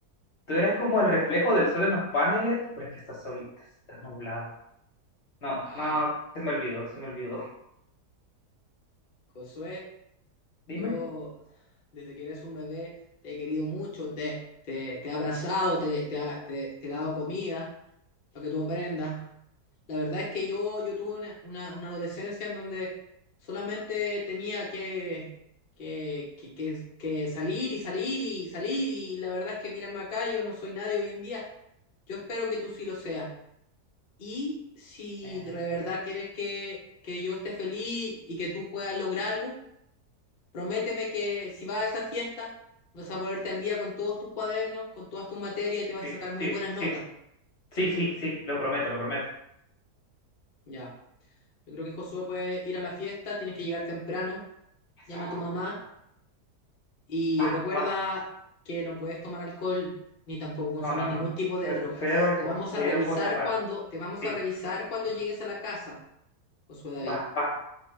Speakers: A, on the left; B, on the left.
A: Tú eres como el reflejo del sol en los paneles, pero es que está solita, está nublado. No,
B: Ah,
A: no, se me olvidó, se me olvidó.
B: Josué,
A: Dime.
B: yo desde que eres un bebé te he querido mucho, te, te, te he abrazado, te, te, ha- te- te he dado comida para que tú aprendas. La verdad es que yo, yo tuve una, una- una adolescencia en donde solamente tenía que, que, que- que- que salir y salir y salir y la verdad es que mírame acá, yo no soy nadie hoy en día. Yo espero que tú sí lo seas. Y si
A: Bueno,
B: de verdad
A: pues,
B: quieres que, que yo esté feliz y que tú puedas lograrlo, prométeme que si vas a esa fiesta vas a ponerte al día con todos tus cuadernos, con todas tus materias y te vas
A: sí,
B: a sacar muy
A: sí,
B: buenas
A: sí.
B: notas.
A: Sí, sí, sí, lo prometo, lo prometo.
B: Ya. Yo creo que Josué puede ir a la fiesta, tienes que llegar temprano
A: Eso,
B: llama a tu mamá y
A: va,
B: recuerda
A: va.
B: que no puedes tomar alcohol ni tampoco consumir
A: No, no, no.
B: ningún tipo
A: ce-
B: de drogas.
A: Cero alcohol,
B: Te vamos
A: cero
B: a revisar
A: cosas raras.
B: cuando, te vamos
A: Sí,
B: a revisar cuando
A: sí,
B: llegues a la casa, Josué David.
A: va, va.